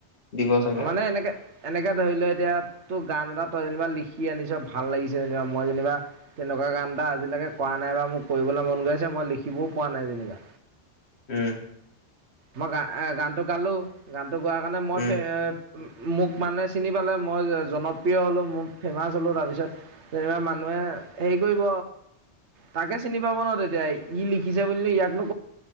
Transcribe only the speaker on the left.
দিব চাগে
আৰু
উম।
উম,